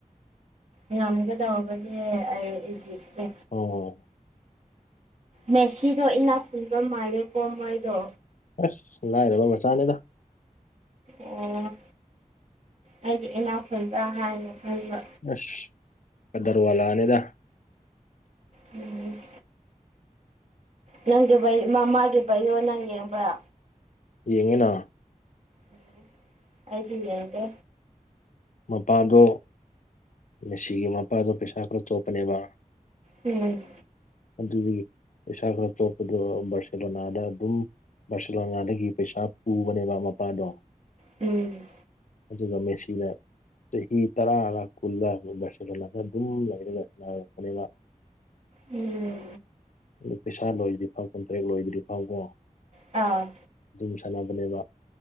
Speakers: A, on the right; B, on the left.
A: ꯉꯝꯒꯗꯧꯕꯅꯦ ꯑꯩ ꯏꯖꯤꯞꯇꯣ
B: ꯑꯣ
A: ꯃꯦꯁꯤꯗꯣ ꯏꯅꯥ ꯈꯨꯟꯕ ꯃꯥꯜꯂꯦꯀꯣ ꯃꯥꯏꯗꯣ
B: ꯑꯁ ꯂꯥꯏꯔꯕ ꯃꯆꯥꯅꯦꯗ
A: ꯑꯣ ꯑꯩꯗꯤ ꯏꯅꯥ ꯈꯨꯟꯕ꯭ꯔ ꯍꯥꯏꯅ ꯈꯟꯕ
B: ꯑꯁ ꯀꯗꯔꯋꯥꯂꯥꯅꯦꯗ
A: ꯎꯝ ꯅꯪꯒꯤ <unintelligible> ꯄꯩꯅꫭ ꯅꯪ ꯌꯦꯡꯕ꯭ꯔ
B: ꯌꯦꯡꯉꯦꯅ
A: ꯎꯝ ꯑꯩꯗꯤ ꯌꯦꯡꯗꯦ
B: ꯃꯄꯥꯗꯣ ꯃꯦꯁꯤꯒꯤ ꯃꯄꯥꯗꯣ ꯄꯩꯁꯥ ꯈꯔ ꯆꯣꯞꯄꯅꯦꯕ
A: ꯎꯝ
B: ꯑꯗꯨꯒꯤ ꯄꯩꯁꯥ ꯈꯔ ꯆꯣꯞꯄꯗꯣ ꯕꯔꯁꯦꯂꯣꯅꯥꯗ ꯑꯗꯨꯝ ꯕꯔꯁꯦꯂꯣꯅꯥꯗꯒꯤ ꯄꯩꯁꯥ ꯄꯨꯕꯅꯦꯕ ꯃꯄꯥꯗꯣ
A: ꯎꯝ
B: ꯑꯗꯨꯒ ꯃꯦꯁꯤꯅ ꯆꯍꯤ ꯇꯔꯥꯔ ꯀꯨꯟꯂꯥ ꯕꯔꯁꯦꯂꯣꯅꯥꯗ ꯑꯗꯨꯝ ꯂꯩꯔꯒ ꯅꯥꯔꯛꯄꯅꯦꯕ
A: ꯎꯝ
B: ꯑꯗꯨ ꯄꯩꯁꯥ ꯂꯣꯏꯗ꯭ꯔꯤꯐꯥꯎ ꯀꯟꯇ꯭ꯔꯦꯛ ꯂꯣꯏꯗ꯭ꯔꯤꯐꯥꯎꯀꯣ
A: ꯑꯥ
B: ꯖꯤꯝ ꯁꯥꯟꯅꯕꯅꯦꯕ